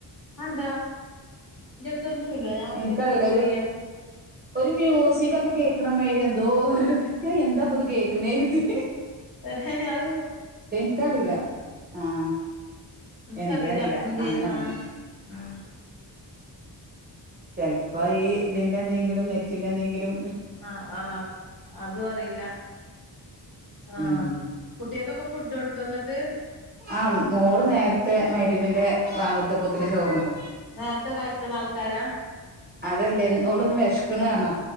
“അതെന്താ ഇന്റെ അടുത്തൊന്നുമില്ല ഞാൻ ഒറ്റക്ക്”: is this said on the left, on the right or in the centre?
Left